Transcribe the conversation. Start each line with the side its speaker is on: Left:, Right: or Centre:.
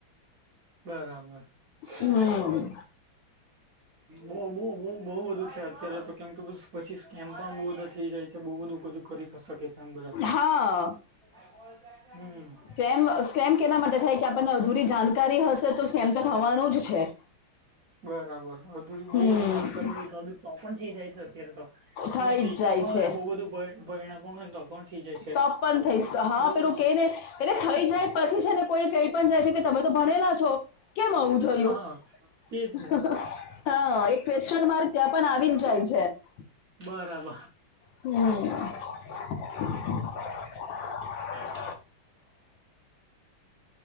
Right: બરાબર બહ
Left: હમ
Right: બહુ બઉ બહુ બધુ છે અત્યારે તો કેમ કે પછી સ્કેમ પણ બઉુ બધા થઇ જાય બહુ બધું બધું કરી શકે છે આમ બધા
Left: હા
Right: ભાઈબોલ હમ
Left: સ્કેમ સ્કેમ કેના માટે થાય કે આપણને અધૂરી જાણકારી હશે તો સ્કેમ તો થવાનું જ છે
Right: બરાબર અધુરી
Left: હમ
Right: બહુ બધી જાણકારી હોય તો બી પણ થઈ જાય છે અત્યારે તો તમે
Left: થઈ
Right: શીખવા
Left: જ
Right: પણ
Left: જાય
Right: હોય
Left: છે
Right: ને બહુ બધું પરિણ પણ હોય તો થઇ જાય છે
Left: તપ પણ થઈશ હા
Right: બહુ
Left: પેલું
Right: બધું.
Left: કે ને પેલે થઈ જાય પછી છે ને કોઈ કઈ પણ જાય છે કે તમે તો ભણેલા છો કેમ આવું થયું
Right: હા તેજ ને
Left: હા એક ક્વેશ્ચન માર્ક ત્યાં પણ આવી જ જાય છે
Right: બરાબર
Left: હમ
Right: ના